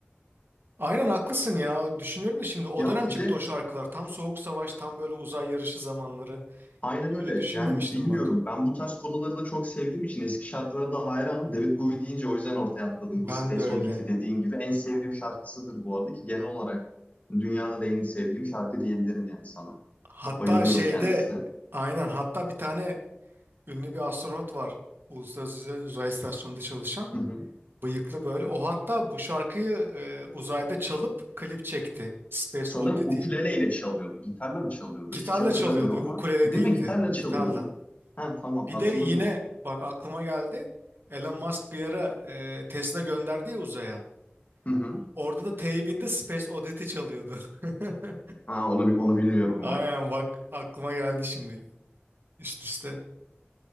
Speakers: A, on the right; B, on the left.
A: Aynen haklısın ya. Düşünüyorum da şimdi o
B: Ya
A: dönem çıktı
B: bir de
A: o şarkılar. Tam Soğuk Savaş, tam böyle uzay yarışı zamanları.
B: Aynen
A: Hiç
B: öyle.
A: öyle düşünmemiştim
B: Yani bilmiyorum.
A: bak.
B: Ben bu tarz konuları da çok sevdiğim için eski şarkılara da hayranım. David Bowie deyince o yüzden ortaya atladım.
A: Ben
B: Bu Space
A: de öyle.
B: Oddity dediğin gibi en sevdiğim şarkısıdır bu arada ki genel olarak dünyada da en sevdiğim şarkı diyebilirim yani sana.
A: Hatta
B: Bayılıyorum
A: şeyde
B: kendisine.
A: aynen hatta bir tane Ünlü bir astronot var. Uluslararası Uzay İstasyonu'nda çalışan.
B: Hı hı.
A: Bıyıklı böyle. O hatta bu şarkıyı e, uzayda çalıp klip çekti. Space
B: Sanırım
A: Oddity.
B: ukuleleyle çalıyordu. Gitarla mı çalıyordu?
A: Gitarla
B: Hiç hatırlamıyorum
A: çalıyordu.
B: ama.
A: Ukulele
B: Değil
A: değildi.
B: mi? Gitarla çalıyordu.
A: Gitarla.
B: Ha tamam
A: Bir
B: hatırladım
A: de yine
B: onu.
A: bak aklıma geldi. Elon Musk bir ara e, Tesla gönderdi ya uzaya.
B: Hı hı.
A: Orada da teybinde Space Oddity çalıyordu. <laughs>
B: Ha onu, onu bilmiyorum
A: Aynen
B: bak.
A: bak aklıma geldi şimdi. Üst üste.